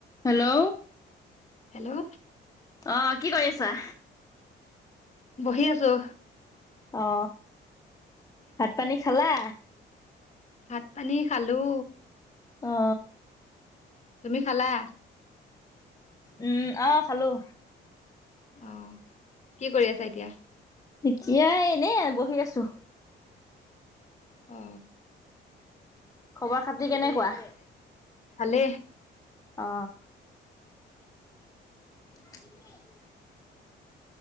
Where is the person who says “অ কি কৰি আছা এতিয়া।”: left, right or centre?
Left